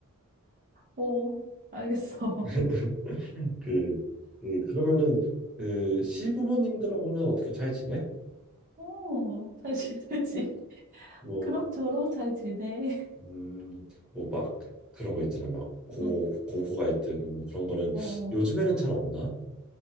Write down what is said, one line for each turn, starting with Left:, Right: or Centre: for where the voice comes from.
Right: 어, 알겠어.
Centre: <laughs> 그, 그 그러면은 그 시부모님들하고는 어떻게 잘 지내?
Right: <laughs> 어, 잘 지내지. <laughs>
Centre: 뭐,
Right: 그럭저럭 잘 지내.
Centre: 음, 뭐 막 그런 거 있잖아. 막 고,
Right: <laughs> 응,
Centre: 고부 갈등 뭐 그런 거는
Right: 어. 어.
Centre: 요즘에는 잘 없나?